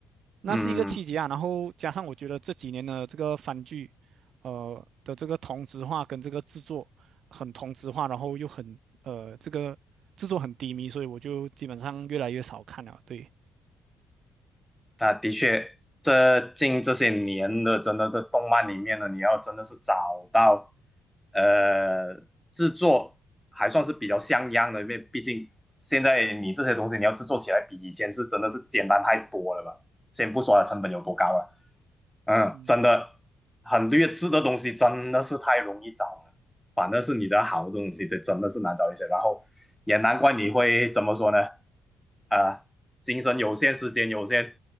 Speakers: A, on the right (about 65°); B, in the centre.
A: 那是一个契机啊。
B: 嗯。
A: 然后加上我觉得这几年的这个番剧，呃的这个同质化跟这个制作很同质化，然后又很呃这个制作很低迷，所以我就基本上越来越少看了。对，
B: 那的确，这近这些年的真的在动漫里面呢，你要真的是找到，呃，制作还算是比较像样的，因为毕竟现在你这些东西你要制作起来比以前是真的是简单太多了吧。先不说它成本有多高了，嗯，
A: 嗯，
B: 真的很劣质的东西真的是太容易找了，反正是你的好东西的真的是难找一些。然后也难怪你会怎么说呢？啊，精神有限，时间有限，